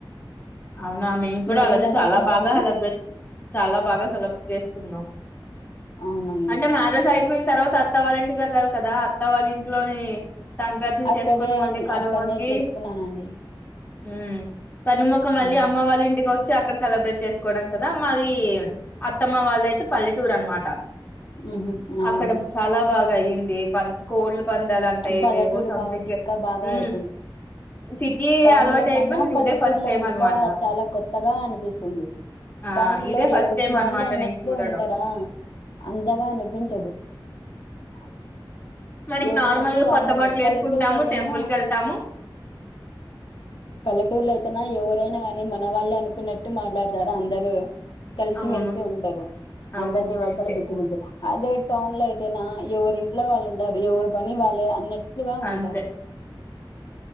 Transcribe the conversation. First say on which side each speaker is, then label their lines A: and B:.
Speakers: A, on the left (about 25°); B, on the left (about 65°).
A: అవునా మేము కూడా
B: మీరెలా
A: అలానే చాలా
B: చేశారండి
A: బాగా హెలబ్రేట్ చాలా బాగా సెలబ్ చేసుకున్నాం
B: అవునండి
A: అంటే మా ఆరోజు అయిపోయిన తర్వాత్ త అత్తవాల్లింటికి వెళ్ళాలి కదా ఆత్త వాళ్ళ ఇంట్లోని సంక్రాంతిని
B: అక్కడే
A: చేసుకొని మళ్ళీ
B: అం
A: కనుమకి
B: అక్కడనే చేసుకున్నానండి
A: ఉ కనుమకు మళ్ళీ
B: ఉమ్
A: అమ్మ వాళ్ళ ఇంటికొ చ్చి అక్కడ సెలబ్రేట్ చేసుకోవడం కదా మాది అత్తమ్మ వాళ్ళదయితే పల్లెటూరు అనమా ట
B: ఉహు అవును
A: అక్కడ చాలా బాగా అయ్యింది దే పం కోళ్లు పంద్యాలంట ఏవేవో
B: పల్లెటూరు
A: సంథింగ్
B: కాబట్టి ఇంకా బాగా
A: ఊ
B: అవుతుంది
A: సిటీ
B: టౌన్
A: అలవాటు
B: కన్నా
A: అయిపోయి నేను
B: పల్లెటూరులో
A: ఇదే ఫస్ట్ టైం
B: లో ఇంకా
A: అనమాట
B: చాలా కొత్తగా అనిపిస్తుంది
A: ఆ
B: టౌన్
A: ఇదే
B: లో
A: ఫస్ట్
B: ఎవరిది
A: టైం
B: వాళ్ళు
A: అనమాట
B: అన్నట్లు
A: నేను చూడడం
B: ఉంటారా అందగా అనిపించదు అ
A: మనకి
B: ఎవరికొద్దీ
A: నార్మల్ గా
B: వాళ్ళే
A: కొత్త
B: ఉంటారు
A: బట్టలు వేసుకుంటాము
B: పల్లెటూర్లో అయితేనా
A: టెంపుల్ కి వెళ్తాము
B: పల్లెటూర్లో అయితే అనా ఎవరైనా ని మన వాళ్ళే అనుకున్నట్టు మాట్లాడతారు అందరుూ కలిసి
A: అవును
B: మెల్సి ఉంటారు
A: అవును
B: అందరి నివ అర్తల
A: ఎ
B: పెట్టుబద్దు అదే టౌన్ లో అయితేనా ఎవరింట్లో వాళ్ళు ఉంట ఎవరు పని వాళ్ాలి అన్నట్ ట్లుగా
A: అంతే
B: ఉంటారు